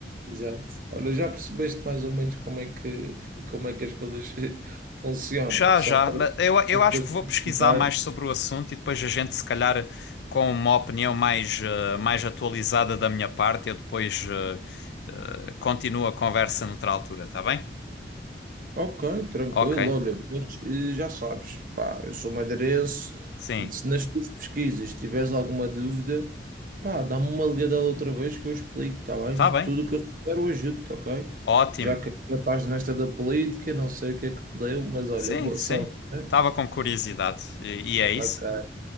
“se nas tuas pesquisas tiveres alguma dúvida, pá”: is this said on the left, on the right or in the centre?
Right